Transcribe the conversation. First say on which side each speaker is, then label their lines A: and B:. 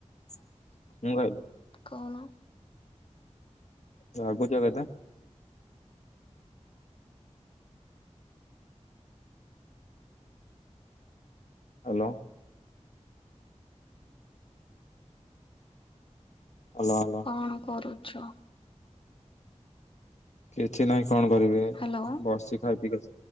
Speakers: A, on the left (about 70°); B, on the left (about 45°).
A: କଣ୍ କାଇଲ?
B: କହୁଣ।
A: ରାଗୁଚ କେତେ? ହ୍ୟାଲୋ। Hello hello.
B: କଣ କରୁଛ?
A: କିଛି ନାହିଁ କଣ କରିବି
B: ହ୍ୟାଲୋ
A: ବସି ଖାଇ ପିି